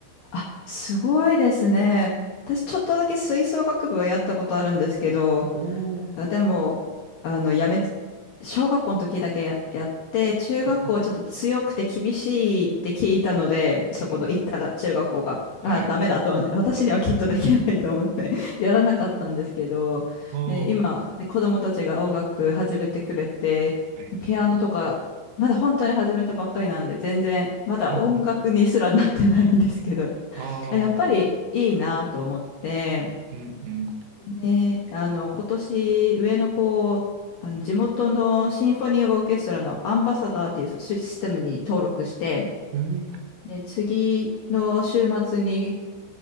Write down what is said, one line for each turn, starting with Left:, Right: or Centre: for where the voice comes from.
Left: あ、すごいですね。私ちょっとだけ吹奏楽部はやったことあるんですけど、
Right: おー、
Left: あでも、あの、やめつ、小学校の時だけや、やって、中学校ちょっと強くて厳しいって聞いたので、
Right: うん、
Left: そこの行った中学校が、
Right: うん、うんはい、
Left: あ、ダメだと思って、私にはきっとできないと思って <laughs> やらなかったんですけど、
Right: おー、
Left: で、今、ね、子供たちが音楽始めてくれて、
Right: はい、
Left: ピアノとか、まだ本当に始めたばっかりなんで、全然、まだ音楽にすらなってないんですけど、
Right: うん、うんあ
Left: あ、やっぱりいいなと思って、
Right: ー、うん、うん、
Left: ね、あの、今年、上の子を、あの、地元のシンフォニーオーケストラのアンバサダーっていうそうシステムに登録して、
Right: うん、うん
Left: で、次の週末に